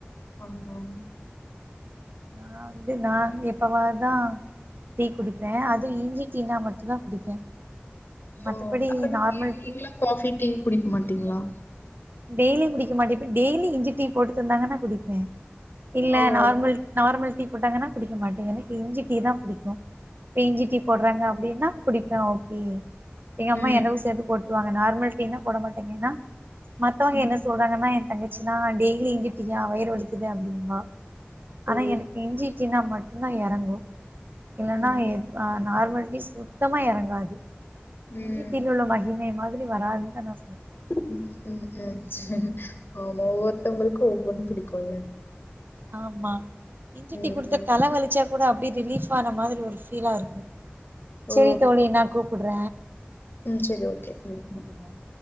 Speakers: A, on the left; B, on the right.
A: ஆமா
B: நா வந்து நா எப்பவாது தா டீ குடிப்பே அது இஞ்சி டீனா மட்டும் தா குடிப்பே மத்தபடி
A: ஓ அப்ப நீங்க
B: நார்மல்
A: வீட்ல
B: டீ
A: காஃபி டீ லா குடிக்க மாட்டீங்களா
B: டெய்லி குடிக்க மாட்டே பா டெய்லி இஞ்சி டீ போட்டு தந்தாங்கனா குடிப்பே இல்ல
A: ஓ
B: நார்மல் நார்மல் டீ போட்டாங்கனா குடிக்க மாட்டே எனக்கு இஞ்சி டீ தான் படிக்கும் இஞ்சி டீ போடுறாங்க அப்டினா குடிப் ஆ ஓகே எங்க
A: ம்.
B: அம்மா எனக்கு சேத்து போட்டுருவாங்க நார்மல் டீனா போட மாட்டேங்க ஏனா மத்தவங்க
A: ம்.
B: என்ன சொல்றாங்கனா என் தங்கச்சினா டெய்லி எங்கிட்டீயா வயிறு வலிக்குது அப்டின்வா ஆனா
A: ஓ!
B: எனக்கு இஞ்சி டீனா மட்டும் ன்னா இறங்கும் இல்லனா
A: ம்.
B: நார்மல் டீ சுத்தமா இறங்காது
A: ம்.
B: இஞ்சி டீ ல ‌ உள்ள ‌மகிமை மாதிரி வராது தானோ
A: ம் ம் ஆமா ஒவ்வொருத்தவங்களுக்கு ஒவ்வொன்னு பிடிக்கும்ல
B: ஆமா இஞ்சி
A: ம்.
B: டீ குடுத்தா
A: ம்.
B: தல வலிச்சா கூட அப்டியே ரிலீஃப் ஆன மாதிரி ஒரு ஃபீலா இருக்கும்
A: ஓ!
B: சேரி தோழி நா கூப்பிடுற
A: ம். சரி. ஓகே. ம்.
B: ஓகே
A: ம்.
B: பாய்